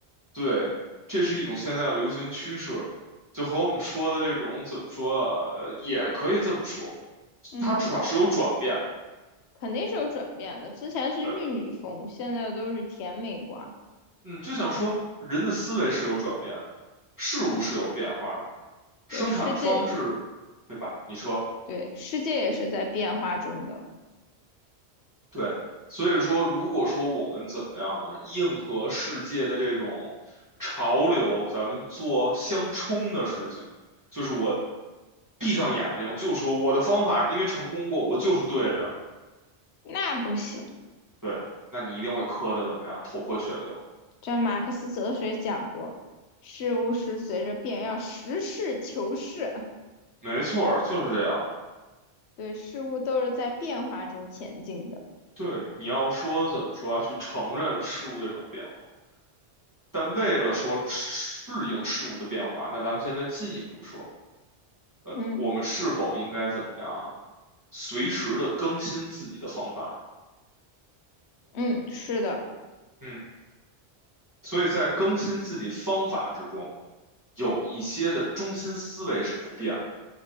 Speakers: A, on the right; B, on the left.
A: 对，这是一种现在的流行趋势，就和我们说的这种怎么说啊呃也可以这么说，
B: 嗯，
A: 它至少是有转变的。
B: 肯定是有转变的。之前是玉女风，
A: 对
B: 现在都是甜美挂。
A: 嗯，就想说人的思维是有转变，事物是有变化，
B: 嗯，对，
A: 生产的方式，
B: 世界
A: 对吧？你说
B: 对世界也是在变化中的。
A: 对，所以说如果说我们怎么样啊，硬和世界的这种潮流，咱们做相冲的事情，就是我闭上眼睛就说我的方法，因为成功过，我就是对的。
B: 那不行，
A: 对，那你一定会磕的怎么样，头破血流。
B: 这马克思哲学讲过，事物是随着变，要实事求是。
A: 没错儿，就是这样的。
B: 对，事物都是在变化中前进的。
A: 对，你要说怎么说啊，去承认事物的这种变化，但为了说适应事物的变化，那咱们现在进一步说，呃，
B: 嗯
A: 我们是否应该怎么样啊？随时的更新自己的方法。
B: 嗯，是的，
A: 嗯，所以在更新自己方法之中，有一些的中心思维是不变的。